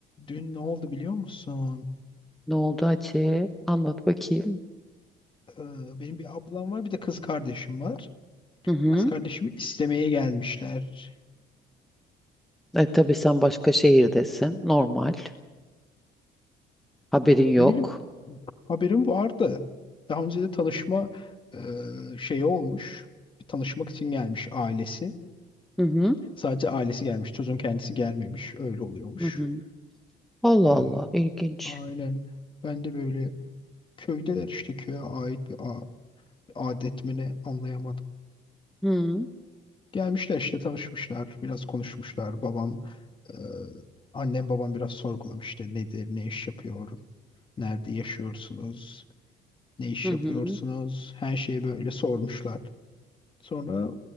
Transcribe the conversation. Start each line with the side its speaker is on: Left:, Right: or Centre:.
Left: Dün ne oldu biliyor musun?
Centre: Ne oldu Hatice? Anlat bakayım.
Left: Ee, benim bir ablam var, bir de kız kardeşim var.
Centre: Hı hı.
Left: Kız kardeşimi istemeye gelmişler.
Centre: E tabii sen başka şehirdesin. Normal. Haberin yok.
Left: Ne bileyim, haberim vardı. Daha önce de tanışma e, şeyi olmuş. Bir tanışmak için gelmiş ailesi.
Centre: Hı hı.
Left: Sadece ailesi gelmiş, çocuğun kendisi gelmemiş. Öyle oluyormuş.
Centre: Hı hı. Allah
Left: Ee,
Centre: Allah. ilginç.
Left: aynen. Ben de böyle köydeler işte köye ait bir a- adet mi ne anlayamadım.
Centre: Hı
Left: Gelmişler işte tanışmışlar, biraz konuşmuşlar. Babam, e, annem babam biraz sorgulamış işte nedir, ne iş yapıyor, nerede yaşıyorsunuz, ne iş
Centre: hı.
Left: yapıyorsunuz,
Centre: hı.
Left: her şeyi böyle sormuşlar. Sonra